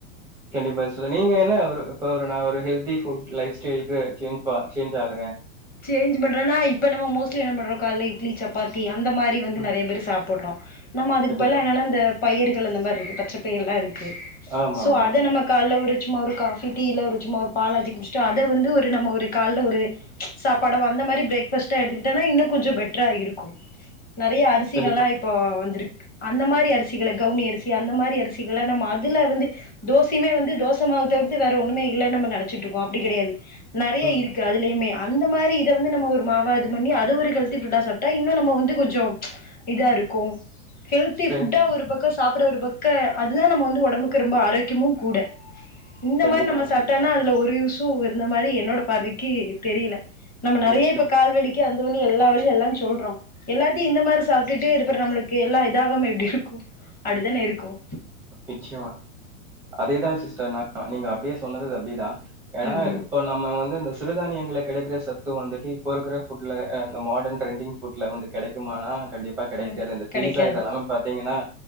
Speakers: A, in the centre; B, on the left (about 20°).
A: கண்டிப்பா சோ நீங்க என்ன ஒரு இப்ப ஒரு நா ஒரு ஹெல்தி ஃபுட் லைப் ஸ்டைலுக்கு சேஞ் சேஞ்ச் ஆகறே
B: சேஞ்ச் பண்றேன்னா இப்ப நம்ம மோஸ்ட்லி என்ன பண்றோ கால இட்லி சப்பாத்தி அந்த மாரி வந்து
A: ம்.
B: நரய பேரு சாப்பிட்றோ நம்ம அதுக்கு
A: கண்டிப்பா.
B: பிலா என்னன்னா இந்த பயிர்கள் அந்த மாரி இருக்கு பச்ச பெயிரலா இருக்கு கு
A: ஆமா,
B: சோ
A: ஆமா.
B: அத நம்ம கால்ல உரிச் சும்மா ஒரு காஃபி டீ ஒரு சும்மா ஒரு பால் ஆத்தி குடிச்சிட்டு அத வந்து ஒரு நம்ம ஒரு கால்ல ஒரு சாப்பாடவோ அந்த மாரி பிரேக்ஃபாஸ்டா எடுத்துக்கிட்டனா இன்னு கொஞ்ச பெட்டரா இருக்கு நறையா அரிசிகள்லா
A: கண்டிப்பா.
B: இப்போ வந்திருக் அந்த மாரி அரிசிகள கவுனி அரிசி அந்த மாரி அரிசிகள நம்ம அதுல வந்து தோசையுமே வந்து தோசமாவ தவிர்த்து வேற ஒண்ணுமே இல்லன்னு நம்ம நனச்சிட்ருக்கோ அப்டி கடையாது நறையா
A: ம்.
B: இருக்கு அதுலயுமே அந்த மாரி இத வந்து நம்ம ஒரு மாவா இது பண்ணி அது ஒரு ஹெல்த்தி ஃபுட்டா சாப்ட்டா இன்னு நம்ம வந்து கொஞ்சோ இதா இருக்கு ஹெல்தி
A: ஸ்ட்ரென்த்.
B: ஃபுட்டா ஒரு பக்கோ சாப் அப்றோ ஒரு பக்க அதுதா நம்ம வந்து உடம்புக்கு ரொம்ப ஆரோக்கியமு கூட இந்த
A: கண்டிப்பா,
B: மாரி நம்ம
A: கண்டிப்பா.
B: சாப்ட்டோன்னா அதுல ஒரு யூஸ் சூ இருந்த மாதிரி என்னோட பார்வைக்கு தெரியல நம்ம நிறைய
A: நிச்சயமா,
B: இப்ப கால்வலிக்கு அந்த வழி எல்லா வழியும் எல்லாம்சொல்றோம் எல்லாத்தையும் இந்த மாதிரி சாப்பிட்டுட்டு இருப்பற நம்மளுக்கு எல்லா இதாகம எப்படி இருக்கும் அப்படிதானே இருக்கும்
A: நிச்சயமா அதேதான் சிஸ்டர் நீங்க அப்படியே சொன்னது அப்படிதான் ஏன்னா
B: ம் ம்
A: இப்போ நம்ம வந்து இந்த சிறுதானியங்களை கிடைக்கிற சத்து வந்துட்டு இப்போ இருக்கிற ஃபுட்டில் அ இந்த மாடர்ன் ட்ரெண்டிங் ஃபுட்டில் வந்து கிடைக்குமான்னா கண்டிப்பா கிடைக்காது
B: ம்
A: இந்த
B: கெடைக்காது
A: பீஸா இதெல்லாமே பாத்தீங்கன்னா